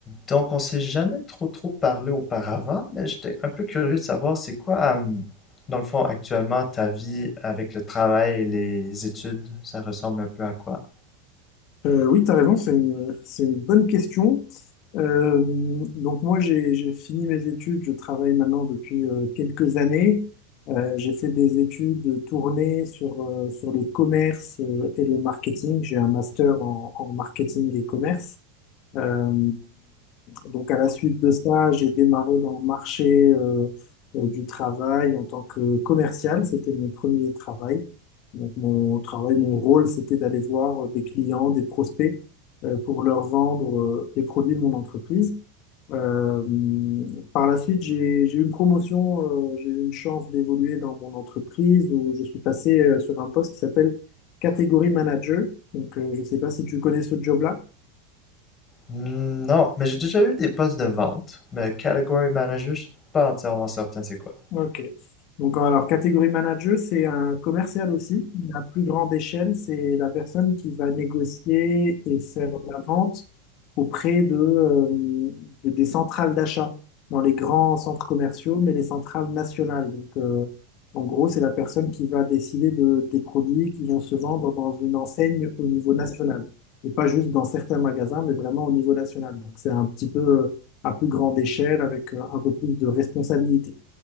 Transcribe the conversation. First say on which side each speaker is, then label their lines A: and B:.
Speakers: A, on the left; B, on the left.
A: Donc, on s'est jamais trop trop parlé auparavant, mais j'étais un peu curieux de savoir c'est quoi, euh, dans le fond, actuellement, ta vie avec le travail et les études, ça ressemble un peu à quoi?
B: Euh, oui, tu as raison, c'est une, c'est une bonne question. Euh, donc moi, j'ai, j'ai fini mes études, je travaille maintenant depuis euh, quelques années. Euh, j'ai fait des études tournées sur, euh, sur le commerce euh, et le marketing. J'ai un master en, en marketing et commerce. Euh, donc à la suite de ça, j'ai démarré dans le marché euh, euh, du travail en tant que commercial. C'était mon premier travail. Donc mon travail, mon rôle, c'était d'aller voir des clients, des prospects euh, pour leur vendre euh, les produits de mon entreprise. Euh, par la suite, j'ai, j'ai eu une promotion, euh, j'ai eu une chance d'évoluer dans mon entreprise où je suis passé euh, sur un poste qui s'appelle catégorie manager. Donc euh, je ne sais pas si tu connais ce job-là.
A: Hmm, Non, mais j'ai déjà eu des postes de vente, mais category manager, je suis pas entièrement certain c'est quoi.
B: Ok. Donc, alors, catégorie manager, c'est un commercial aussi. La plus grande échelle, c'est la personne qui va négocier et faire la vente auprès de, euh, de- des centrales d'achat dans les grands centres commerciaux, mais les centrales nationales. Donc, euh, en gros, c'est la personne qui va décider de, des produits qui vont se vendre dans une enseigne au niveau national. Et pas juste dans certains magasins, mais vraiment au niveau national. Donc, c'est un petit peu euh, à plus grande échelle avec euh, un peu plus de responsabilité.